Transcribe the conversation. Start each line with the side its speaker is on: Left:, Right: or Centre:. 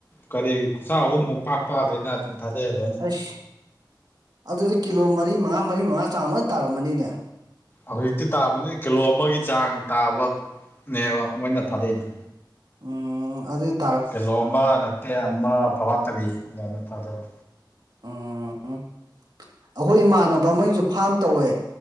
Left: ꯀꯔꯤ ꯈꯨꯠꯁꯥ ꯑꯍꯨꯝꯃꯨꯛ ꯄꯥꯛꯄꯗꯅ ꯑꯗꯨꯝ ꯊꯥꯗꯥ ꯍꯂꯦ
Right: ꯑꯁ ꯑꯗꯨꯗꯤ ꯀꯤꯂꯣ ꯃꯔꯤ ꯃꯉꯥ ꯃꯔꯤ ꯃꯉꯥ ꯆꯥꯡ ꯂꯣꯏ ꯇꯥꯔꯝꯃꯅꯤꯅꯦ
Left: ꯍꯧꯖꯤꯛꯇꯤ ꯇꯥꯕꯅꯤ ꯀꯤꯂꯣ ꯑꯃꯒꯤ ꯆꯥꯡ ꯇꯥꯕꯅꯦꯕ ꯃꯣꯏꯅ ꯊꯥꯗꯩꯗꯨ
Right: ꯎ ꯑꯗꯨꯗ
Left: ꯀꯤꯂꯣ ꯑꯃ ꯅꯠꯇꯦ ꯑꯃ ꯐꯒꯠꯇꯕꯤ ꯑꯗꯨꯃꯥꯏꯅ ꯐꯥꯗꯕ
Right: ꯎꯝ ꯑꯩꯈꯣꯏ ꯏꯃꯥꯟꯅꯕ ꯑꯃꯒꯤꯁꯨ ꯐꯥꯝ ꯇꯧꯋꯦ